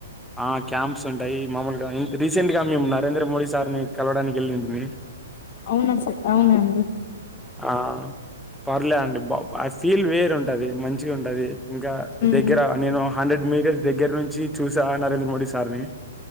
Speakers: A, in the centre; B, on the left.
A: ఆ క్యాంప్స్ ఉంట్ టాయ్ మామూలుగా రీసెంట్ గా మేము నరేంద్ర మోడీ సార్ ను కలవడానికి ఎల్లింటిమీ
B: అవున సార్ అవునండి
A: ఆ పర్లే అండి బ ఆ ఫీల్ వేరు ఉంటది మంచిగ ఉంటది ఇంకా
B: ఉమ్
A: దగ్గర నేను హండ్రెడ్ మీటర్స్ దగ్గర నుంచి చూసా నరేంద్ర మోడీ సార్ ని